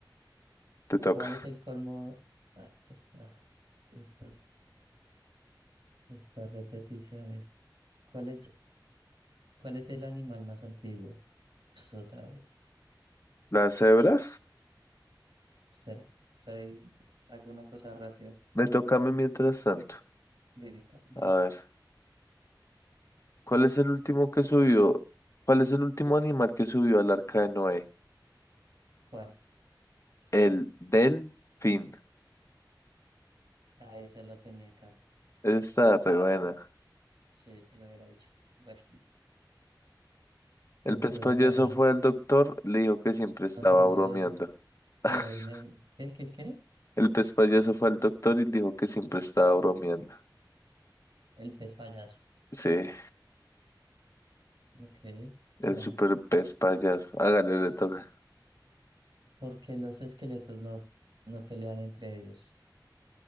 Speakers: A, on the left; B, on the right.
A: Te toca.
B: ¿Cuál es el colmo? Ay, pero estas, estas, estas repeticiones. ¿Cuál es, cuál es el animal más antiguo? Pues otra vez.
A: ¿La cebra?
B: Espera, espera ahí. hago una cosa rápida.
A: Me toca a mí mientras tanto.
B: Dime, a
A: A
B: ver,
A: ver, ¿cuál es el último que subió? ¿Cuál es el último animal que subió al arca de Noé?
B: ¿cuál?
A: El delfín.
B: Ah, esa la tenía acá.
A: Esa está re buena.
B: Sí, te lo hubiera dicho. Bueno. Entonces
A: El pez payaso
B: ahora,
A: fue al doctor, le dijo que siempre estaba
B: aprovecho
A: bromeando.
B: bueno,
A: <laughs>
B: dime, dime, ¿qué, qué, qué?
A: El pez payaso fue al doctor y le dijo que siempre estaba bromeando.
B: El pez payaso.
A: Sí,
B: Ok, está
A: el
B: buena.
A: super pez payaso. Hágale, le toca.
B: Porque los esqueletos no, no pelean entre ellos.